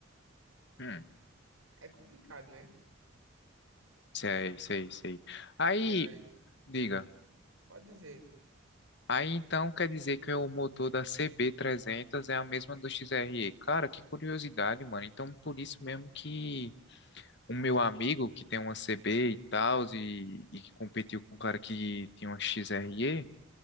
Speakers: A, on the left; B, on the right.
A: Hum,
B: é complicado, né?
A: sei, sei, sei. Aí,
B: E aí,
A: diga.
B: pode dizer.
A: Aí então quer dizer que o motor da CB300 é a mesma do XRE. Cara, que curiosidade, mano. Então por isso mesmo que o meu amigo que tem uma CB e tal, e, e que competiu com o cara que tinha uma XRE,